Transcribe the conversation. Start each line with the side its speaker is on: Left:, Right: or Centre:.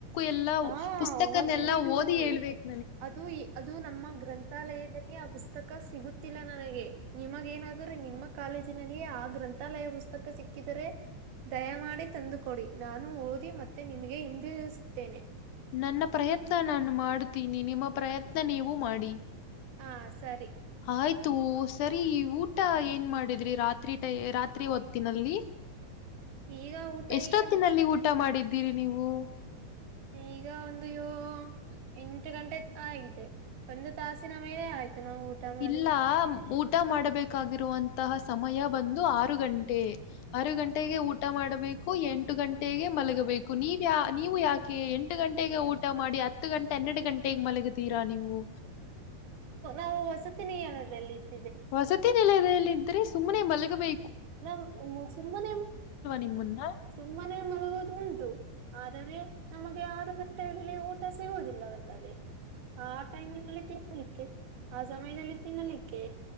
Left: ಎಲ್ಲ
Right: ಹಾ
Left: ಪುಸ್ತಕನೆಲ್ಲ
Right: ಓದಿಬೇಕು
Left: ಓದಿ ಹೇಳ್ಬೇಕು
Right: ಅದು -ಅದು ನಮ್ಮ ಗ್ರಂಥಾಲಯದಲ್ಲಿ. ಆ ಪುಸ್ತಕ ಸಿಗುತ್ತಿಲ್ಲ ನನಗೆ ನಿಮಗ ಏನಾದ್ರೆ ನಿಮ್ಮ ಕಾಲೇಜಿನಲ್ಲಿ ಆ ಗ್ರಂಥಾಲಯ ಪುಸ್ತಕ ಸಿಕ್ಕಿದರೆ ದಯಮಾಡಿ ತಂದುಕ ಕೊಡಿ ನಾನು ಓದಿ ಮತ್ತೆ ನಿಮಗೆ ಹಿಂದೆ. ತನೆ.
Left: ನನ್ನ ಪ್ರಯತ್ನ ನಾನು ಮಾಡ. ೀನಿ ನಿಮ್ಮ ಪ್ರಯತ್ನ ನೀವು ಮಾಡಿ.
Right: ಹಾ ಸರಿ.
Left: ಆಯ್ತು ಸರಿ ಊಟ ಏನ್ ಮಾಡಿದ್ರಿ ರಾತ್ರಿ ಟೈ ರಾತ್ರಿ ಓದ್ತಿನಲ್ಲಿ.
Right: ಈಗ ಊಟ
Left: ಎಷ್ಟೊತ್ತಿನಲ್ಲಿ
Right: ಏನು
Left: ಊಟ ಮಾಡಿದ್ದ. ತಿರಿ ನೀಿವು.
Right: ಈಗ ಒಂದು ಯ ಎಂಟು ಗಂಟೆ ಆಗಿದೆ ಒಂದು ತಾಸಿನ ಮೇಲೆ ಆಯ್ತು. ನಾವು ಊಟ ಮಾಡಿ
Left: ಇಲ್ಲ ಊ. ಊಟ ಮಾಡಬೇಕಾಗಿರುವಂತಹ ಸಮಯ ಬಂದು ಆರು ಗಂಟೆ -ಆರು ಗಂಟೆಗೆ ಊಟ. ಊ ಮಾಡಬೇಕು ಎಂಟು ಗಂಟೆ. ೇ ಮಲಗಬೇಕು. ನೀವ ಯ ನೀವು ಯಾಕೆ ಎಂಟು ಗಂಟೆಗೆ ಊಟ ಮಾಡಿ ಹ. ಹತ್ತು ಗಂಟೆನ್ನೆರಡು ಗಂಟೆಗೆ ಮಲಗಿದೀರಾ ನೀವು.
Right: ಹವು ವಸತಿನ <unintelligible> <inaudible>
Left: ವಸತಿ ನಿಲದಲ್ಲಿದ್ರಿ ಸುಮ್ಮನೆ ಮಲ್ಲಿಗೆ ಬೈ
Right: ನ ಸುಮ್ಮನೆ-
Left: ನಿಮ್ಮನ್ನ
Right: ಸುಮ್ಮನೆ ಮಲಗುವುದು ಉಂಟು ಆದರೆ ನಮಗೆ ಆರು ಗಂಟೆಯಲ್ಲಿ ಊಟ ಸಿಗುವುದಿಲ್ಲ. ಇಲ್ಲವಲ್ಲವೇ ಆ ಟೈಮಿನಲ್ಲಿ ತಿನ್ನಲಿಕ್ಕೆ ಆ ಸಮಯದಲ್ಲಿ ತಿನ್ನಲಿಕ್ಕೆ